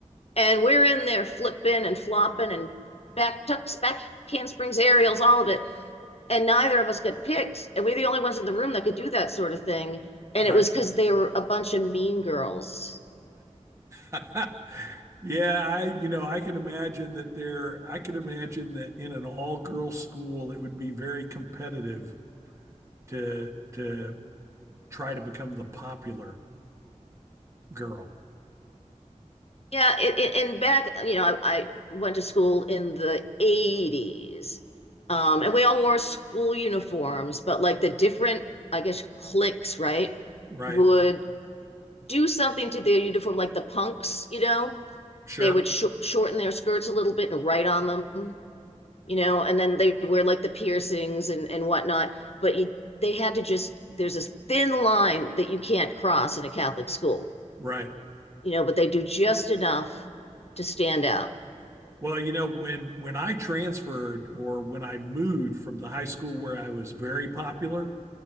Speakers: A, on the left; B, on the right.
A: and we're in there flipping and flopping and back tucks, back handsprings, aerials, all of it. And neither of us got picked. And we're the only ones in the room that could do that sort of thing. And
B: right.
A: it was because they were a bunch of mean girls.
B: <laughs> Yeah, I, you know, I can imagine that there, I could imagine that in an all-girl school, it would be very competitive to to try to become the popular girl,
A: Yeah, it, it, and back, you know, I, I went to school in the 80s. Um, and we all wore school uniforms, but like the different, I guess, cliques, right,
B: right?
A: would do something to their uniform, like the punks, you know,
B: Sure,
A: they would sh shorten their skirts a little bit and write on them, you know, and then they wear like the piercings and, and whatnot. But you, they had to just, there's this thin line that you can't cross in a Catholic school,
B: right.
A: you know, but they do just enough to stand out.
B: Well, you know, when when I transferred or when I moved from the high school where I was very popular